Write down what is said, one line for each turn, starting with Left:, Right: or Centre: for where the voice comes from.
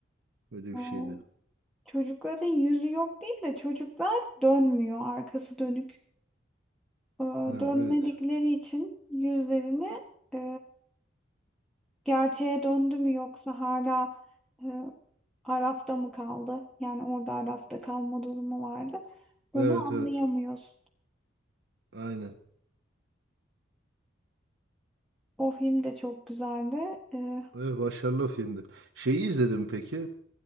Right: Öyle bir
Centre: Aa,
Right: şeydi.
Centre: Çocukların yüzü yok değil de çocuklar dönmüyor arkası dönük. Ee,
Right: Ha,
Centre: dönmedikleri
Right: evet.
Centre: için yüzlerini e, gerçeğe döndü mü yoksa hala e, Araf'ta mı kaldı? Yani orada Araf'ta kalma durumu vardı. Onu
Right: Evet
Centre: anlayamıyorsun.
Right: evet. Aynen.
Centre: O film de çok güzeldi. Ee,
Right: Evet, başarılı filmdi. Şeyi izledim peki.